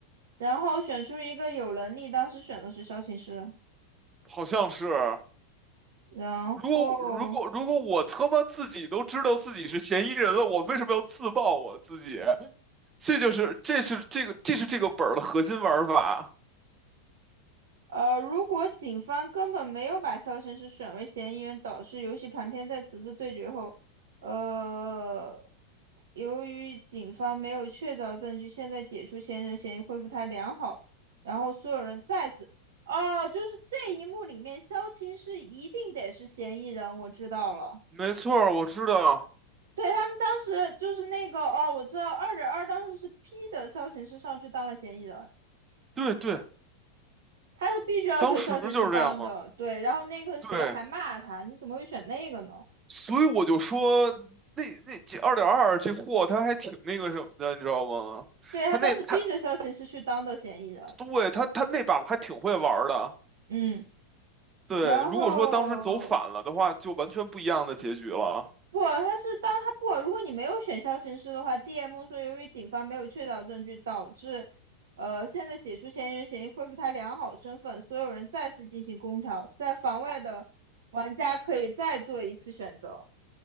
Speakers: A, on the right; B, on the right.
A: 然后选出一个有能力，当时选的是萧琴师。
B: 好像是。
A: 然后，
B: 如果如果如果我他妈自己都知道自己是嫌疑人了，我为什么要自爆我自己？这就是这是这个这是这个本儿的核心玩法。
A: 呃，如果警方根本没有把肖申是选为嫌疑人，导致游戏盘片在此次对决后，呃，由于警方没有确凿证据，现在解除嫌疑人嫌疑，恢复他良好，然后所有人再次，哦，就是这一幕里面，萧晴是一定得是嫌疑人，我知道了。
B: 没错儿我知道，
A: 对，他们当时就是那个哦，我知道二点二当时是 P 的萧琴是上去当了嫌疑人，
B: 对对，
A: 他是必须要求校审是当的，
B: 当时就是这样嘛。
A: 对。然后那个谁还骂他，
B: 对，
A: 你怎么会选那个呢？
B: 所以我就说那那这二点二这货他还挺那个什么的，你知道吗？
A: 对他当时逼着校庆是去当的嫌疑人，
B: 他那他对他他那把还挺会玩儿的。
A: 嗯，
B: 对，
A: 然后
B: 如果说当时走反了的话，就完全不一样的结局了。
A: 不，他是当他不，如果你没有选校庆师的话，DM 说由于警方没有确凿证据，导致呃现在解除嫌疑人嫌疑，恢复他良好身份，所有人再次进行公调，在房外的玩家可以再做一次选择。